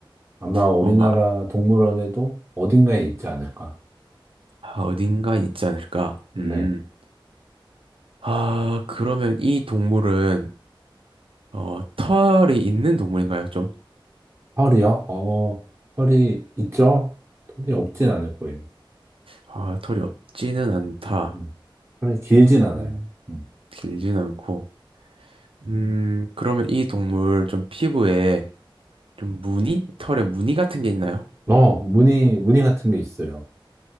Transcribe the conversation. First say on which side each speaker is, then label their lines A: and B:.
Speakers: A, on the right; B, on the right.
A: 아마 우리나라
B: 어, 막,
A: 동물원에도 어딘가에 있지 않을까.
B: 아, 어딘가 있지 않을까?
A: 네.
B: 음, 아, 그러면 이 동물은, 어, 털이 있는 동물인가요, 좀?
A: 털이요? 어, 털이 있죠? 털이 없진 않을 거예요.
B: 아, 털이 없지는 않다.
A: 음, 털이 길진 않아요.
B: 음,
A: 음.
B: 길진 않고. 음, 그러면 이 동물 좀 피부에 좀 무늬? 털에 무늬 같은 게 있나요?
A: 어, 무늬, 무늬 같은 게 있어요.